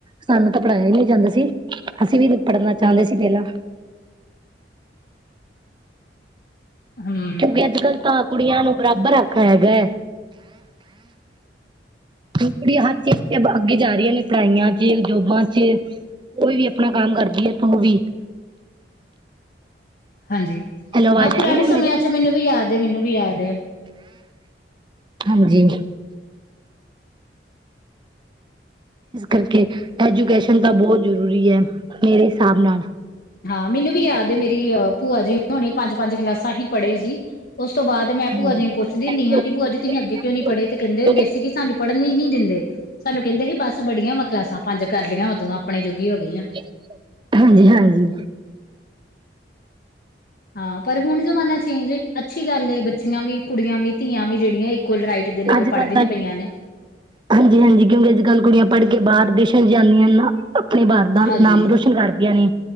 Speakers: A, on the right; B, on the left.
A: ਸਾਨੂੰ ਤਾਂ ਪੜ੍ਹਾਇਆ ਈ ਨਈਂ ਜਾਂਦਾ ਸੀ, ਅਸੀਂ ਵੀ ਪੜ੍ਹਨਾ ਚਾਂਦੇ ਸੀ ਪਹਿਲਾਂ।
B: ਹਮ
A: ਕਿਉਂਕਿ ਅੱਜ-ਕਲ ਤਾਂ ਕੁੜੀਆਂ ਨੂੰ ਬਰਾਬਰ ਹੱਕ ਹੈਗਾ। ਹੁਣ ਕੁੜੀਆਂ ਹਰ ਚੀਜ਼ ਚ ਬ ਅੱਗੇ ਜਾ ਰਹੀਆਂ ਨੇ ਪੜ੍ਹਾਈਆਂ ਚ, ਜੋਬਾਂ ਚ ਕੋਈ ਵੀ ਆਪਣਾ ਕੰਮ ਕਰਦੀ ਐ ਤੂੰ ਵੀ
B: ਹਾਂਜੀ।
A: ਹੈਲੋ ਆਵਾਜ
B: ਹਾਂ
A: ਆ
B: ਪੁਰਾਣੇ
A: ਰਹੀਂ ਐ ਮੈਮ
B: ਸਮਿਆਂ
A: ਮੇਰੀ,
B: ਚ ਮੈਨੂੰ ਵੀ ਯਾਦ ਹੈ ਮੈਨੂੰ ਵੀ ਯਾਦ ਹੈ
A: ਹਾਂਜੀ ਇਸ ਕਰਕੇ ਐਜੂਕੇਸ਼ਨ ਤਾਂ ਬਹੁਤ ਜ਼ਰੂਰੀ ਓ ਮੇਰੇ ਹਿਸਾਬ ਨਾਲ।
B: ਹਾਂ ਮੈਨੂੰ ਵੀ ਯਾਦ ਮੇਰੀ ਅ ਭੂਆ ਜੀ ਹੋਣੀ ਪੰਜ-ਪੰਜ ਕਲਾਸਾਂ ਹੀ ਪੜ੍ਹੇ ਸੀ ਉਸ ਤੋਂ ਬਾਅਦ ਮੈਂ ਭੂਆ
A: ਹਾਂਜੀ
B: ਜੀ ਨੂੰ ਪੁੱਛ ਪੁੱਛਦੀ ਦੀ
A: ਹਾਂਜੀ
B: ਹੁਣੀ ਆਂ ਕਿ ਭੂਆ ਜੀ ਤੁਸੀਂ ਅੱਗੇ ਕਿਉਂ ਨੀ
A: ਹਾਂਜੀ
B: ਪੜ੍ਹੇ ਤੇ ਕੈਂਦੇ ਹੁੰਦੇ ਸੀ ਕਿ ਸਾਨੂੰ ਪੜਨ ਈ ਨਈਂ ਦਿੰਦੇ। ਸਾਨੂੰ ਕੈਂਦੇ ਹੀ ਬਸ ਬੜੀਆਂ ਵਾ ਕਲਾਸਾਂ ਪੰਜ ਕਰਲੀਆਂ ਵਾਂ ਤੂੰ ਆਪਣੇ ਜੋਗੀ ਹੋ ਗਈ ਆਂ
A: <inaudible> ਹਾਂਜੀ, ਹਾਂਜੀ।
B: ਹਾਂ ਪਰ ਹੁਣ ਜਮਾਨਾ ਚੇਂਜ ਏ ਅੱਛੀ ਗੱਲ ਏ, ਬੱਚੀਆਂ ਵੀ, ਕੁੜੀਆਂ ਵੀ, ਧੀਆਂ ਵੀ ਜਿਹੜੀਆਂ ਕੁਲ ਰਾਈਟ ਦੇ ਨਾਲ
A: ਅੱਜ ਕੱਲ
B: ਪੜ੍ਹਦੀਆਂ
A: ਤਾਂ
B: ਪਈਆਂ ਨੇ।
A: ਹਾਂਜੀ, ਹਾਂਜੀ ਕਿਉਂਕਿ ਅੱਜ-ਕੱਲ੍ਹ ਕੁੜੀਆਂ ਪੜ੍ਹ ਕੇ ਬਾਰ ਦੇਸ਼ਾਂ ਚ ਜਾਂਦੀਆਂ ਏ ਨਾਂ ਆਪਣੇ ਬਾਪ ਦਾ
B: ਹਾਂਜੀ-ਹਾਂਜੀ
A: ਨਾਮ ਰੋਸ਼ਨ ਕਰਦੀਆਂ ਨੇ,